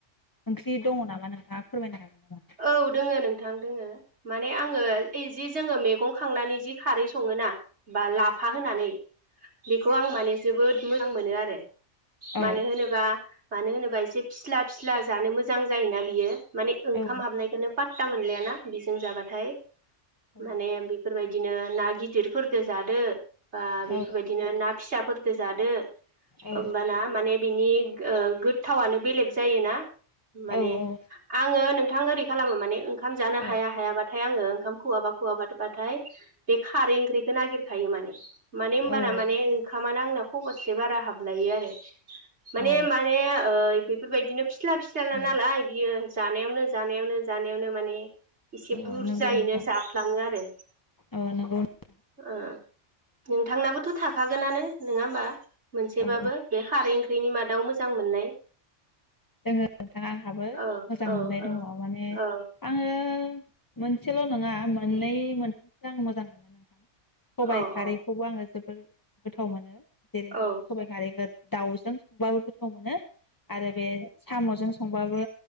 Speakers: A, on the left; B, on the right.
A: ओंख्रि दङ नामा नोंथाङा फोरमायनो हागोन नामा?
B: औ दोङो नोंथां दोङो माने आङो ओइ जि जोङो मैगं खांनानै जि खारै सङोना बा लाफा होनानै बेखौ आं माने जोबोद मोजां मोनो आरो मानो
A: औ
B: होनोबा मानो होनोबा एसे फिस्ला फिस्ला जानो मोजां जायोना बियो माने खाम
A: औ
B: हाबनायखौनो ता मोनलायाना बेजों जाबाथाय
A: औ
B: माने बेफोरबायदि बिदिनो ना गिदिरफोरजों जादो बा बेफोरबायदिनो
A: औ
B: ना फिसाफोरदो जादो होमबाना
A: औ
B: माने बिनि ओ गोथावनो बेलेग जायोना माने
A: औ औ
B: आङो नों बिथां ओरै खालामो माने ओंखाम जानो हाया
A: औ
B: हायाबाथाय आङो ओंखाम खुवाबा खुवाब बाथाय बे खारै ओख्रिखौ नागिर खायो माने माने होनोमबाना
A: औ
B: माने ओंखामाना आंनाव खबरसे बारा हाबलायो आरो माने
A: औ
B: माने ओइ बेफोरबायदिनो फिस्ला फिस्लाला
A: औ
B: नालाय बियो जानायावनो जानायावनो माने एसे बुरजायैनो
A: औ नंगौ नोंथां
B: जाफ्लाङो आरो
A: औ नंगौ नोंथां
B: ओ नोंथांनाबोथ थाखागोनानो नङा होमबा मोनसेबाबो
A: औ औ
B: बे खारै ओंख्रिनि मादाव मोजां मोननाय
A: दोङो नोंथां आंहाबो
B: औ
A: मोजां
B: औ
A: मोननाय दङ
B: औ
A: माने
B: औ
A: आङो मोनसेल नङा मोननै मोनथामसो आं मोजां मोनो नोंथां सबाइ
B: औ
A: खारैखौबो आङो जोब फोर गोथाव मोनो जेरै
B: औ
A: जों सबाय खारै गोन दाउजों संबाबो गोथाव मोनो आरो बे सामजों संबाबो